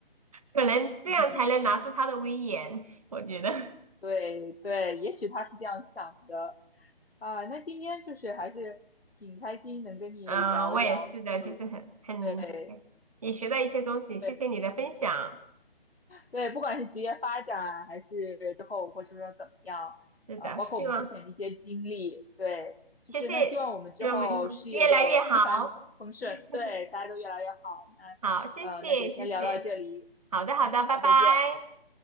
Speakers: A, on the right; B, on the left.
A: 可能这样才能拿出他的威严，
B: <laughs>
A: 我觉得。
B: 对对，也许他是这样想的啊。那今天就是还是挺开心能跟你聊一聊，
A: 嗯，我也是的，
B: 就是对
A: 就是很很开心，也学到一些东西，谢谢你的分享。
B: 对对，不管是职业发展还是之后或者说怎么样，
A: 是的，
B: 啊，包括我们之前的一些经历，
A: 希望
B: 对，就是那希望我们之后事业就一帆风顺，
A: 谢谢，希望没好越来越好。<laughs>
B: 对，大家都越来越好。那呃，
A: 好，谢谢谢谢，
B: 那就先聊到这里，
A: 好的好的，
B: 嗯，好，
A: 拜拜。
B: 再见，